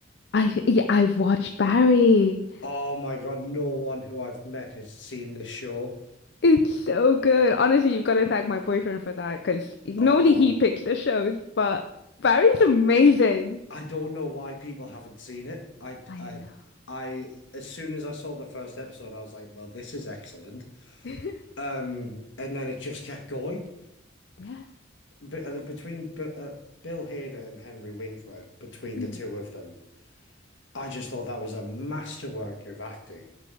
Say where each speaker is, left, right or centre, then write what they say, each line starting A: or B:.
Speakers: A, on the left; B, on the left.
A: I yeah, I've watched Barry.
B: Oh my God, no one who I've met has seen this show.
A: It's so good. Honestly, you've got to thank my boyfriend for that because normally
B: Oh.
A: he picks the shows, but Barry's amazing.
B: I don't know why people haven't seen it. I,
A: I
B: I,
A: know.
B: I, as soon as I saw the first episode, I was like, well, this is excellent.
A: <laughs>
B: Um, and then it just kept going.
A: Yeah.
B: But uh, between B- uh, Bill Hader and Henry Winkler, between
A: Mm.
B: the two of them, I just thought that was a masterwork of acting.